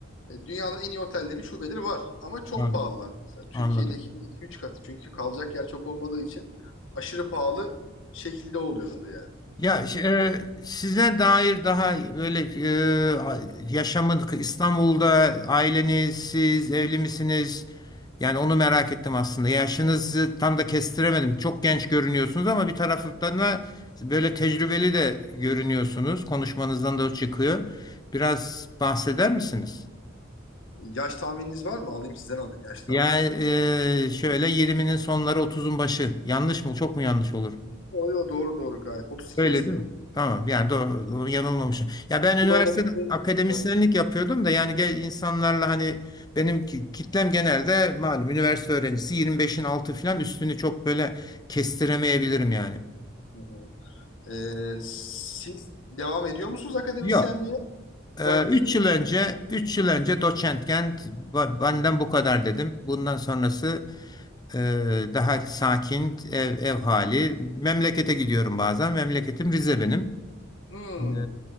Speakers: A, on the left; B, on the left.
A: e, dünyanın en iyi otellerinin şubeleri var. Ama çok
B: Anladım.
A: pahalılar mesela. Türkiye'deki
B: Anladım.
A: 2-3 katı. Çünkü kalacak yer çok olmadığı için aşırı pahalı şekilde oluyorlar yani.
B: Ya ş- e, size dair daha böyle e, a- yaşamın İstanbul'da aileniz, siz evli misiniz? Yani onu merak ettim aslında. Yaşınızı tam da kestiremedim. Çok genç görünüyorsunuz ama bir taraftan da böyle tecrübeli de görünüyorsunuz. Konuşmanızdan da o çıkıyor. Biraz bahseder misiniz?
A: Yaş tahmininiz var mı? Alayım sizden alayım yaş tahmini.
B: Yani e, şöyle yirminin sonları otuzun başı. Yanlış mı? Çok mu yanlış olur?
A: O yo, doğru doğru gayet. 32
B: Öyle
A: yaşındayım.
B: değil mi? Tamam yani doğru, doğru, yanılmamışım. Ya ben üniversitede
A: Kibar okudu.
B: akademisyenlik
A: Evet.
B: yapıyordum da yani ge- insanlarla hani benim ki- kitlem genelde malum üniversite öğrencisi 25'in altı falan üstünü çok böyle kestiremeyebilirim yani.
A: Hı hı. Ee, siz devam ediyor musunuz akademisyenliğe?
B: Yok. Ee,
A: Bıraktınız.
B: 3 yıl önce 3 yıl önce doçentken ba-
A: Hı
B: benden
A: hı.
B: bu kadar dedim. Bundan sonrası e, daha sakin ev, ev hali. Memlekete gidiyorum bazen. Memleketim Rize benim.
A: Hmm.
B: Ee,